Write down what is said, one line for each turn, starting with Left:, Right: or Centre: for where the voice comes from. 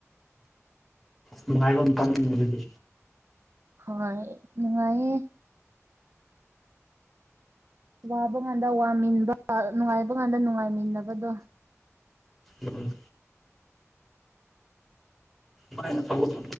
Centre: ꯅꯨꯉꯥꯏꯕꯥ ꯃꯇꯝꯅꯤ ꯑꯗꯨꯗꯤ
Right: ꯍꯣꯏ ꯅꯨꯡꯉꯥꯏꯌꯦ ꯋꯥꯕ ꯉꯥꯟꯗ ꯋꯥꯃꯤꯟꯕ ꯅꯨꯡꯉꯥꯏꯕ ꯀꯥꯟꯗ ꯅꯨꯡꯉꯥꯏꯃꯤꯟꯅꯕꯗꯣ
Centre: ꯎꯝ ꯀꯃꯥꯏꯅꯥ ꯇꯧꯕꯥꯗꯣ